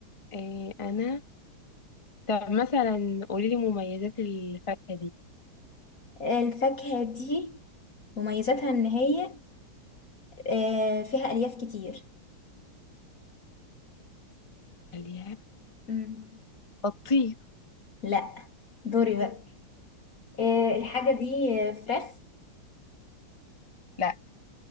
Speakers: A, on the left; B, on the left.
A: آه، أنا طب مثلا قولي لي مميزات الفاكهة دي
B: آه، الفاكهة دي مميزاتها ان هي آه، فيها الياف كتير
A: خليها
B: مم.
A: الطيب
B: لا دوري بقى آه، الحاجة دي آه، فراخ
A: لا